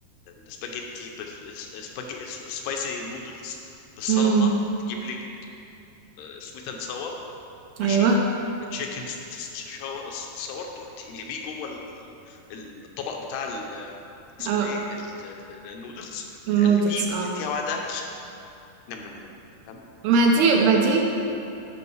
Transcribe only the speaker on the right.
امم
ايوه
اه
نودلز
اه
ما
دي
ما دي